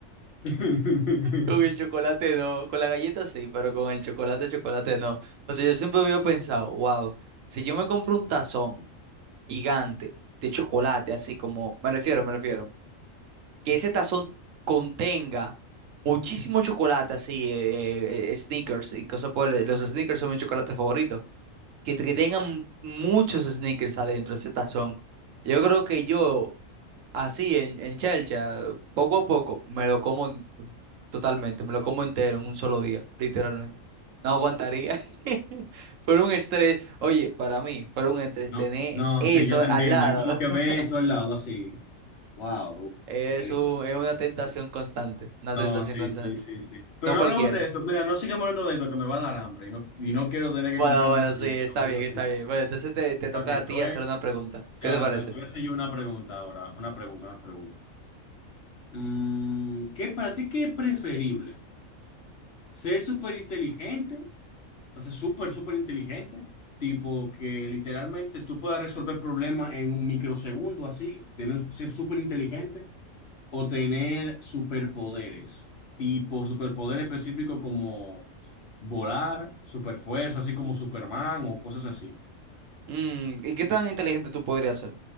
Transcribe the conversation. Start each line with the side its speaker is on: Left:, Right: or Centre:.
Left: <laughs>
Right: Con el chocolate no, con la galleta sí, pero con el chocolate, chocolate no. O sea, yo siempre había pensado, wow, si yo me compro un tazón gigante de chocolate, así como, me refiero, me refiero, que ese tazón contenga muchísimo chocolate, así, eh, eh, Snickers y cosas por el- los Snickers son mi chocolate favorito, que, que tengan muchos Snickers adentro ese tazón. Yo creo que yo Así, en, en chelcha, poco a poco, me lo como en- totalmente, me lo como entero en un solo día, literalmente. No aguantaría. <laughs> Fue un estrés. Oye, para mí, fue un estrés
Left: No,
Right: tener
Left: no,
Right: eso
Left: sí, yo te entiendo.
Right: al lado.
Left: Es como
Right: <laughs>
Left: que ves eso al lado así. Wow,
Right: Es
Left: es
Right: un, es una tentación constante, una
Left: No,
Right: tentación
Left: sí,
Right: constante.
Left: sí, sí, sí. Pero
Right: No
Left: no
Right: cualquiera.
Left: hablemos de esto. Mira, no sigamos hablando de esto, que me va a dar hambre y no, y no quiero tener que
Right: Bueno,
Left: comprarme
Right: bueno,
Left: una galleta
Right: sí, está
Left: o algo
Right: bien,
Left: así.
Right: está bien. Bueno, entonces te, te toca
Left: Ok, te
Right: a ti
Left: voy,
Right: hacer una pregunta. ¿Qué
Left: ya,
Right: te parece?
Left: te, te voy a hacer yo una pregunta ahora. Una pregunta, una pregunta. Mm, ¿qué para ti qué es preferible? ¿Ser súper inteligente? O sea, súper, súper inteligente. Tipo que literalmente tú puedas resolver problemas en un microsegundo así, tener, ser súper inteligente. o tener superpoderes, tipo superpoder específico como volar, superfuerza, así como Superman o cosas así.
Right: Mm, ¿y qué tan inteligente tú podrías ser?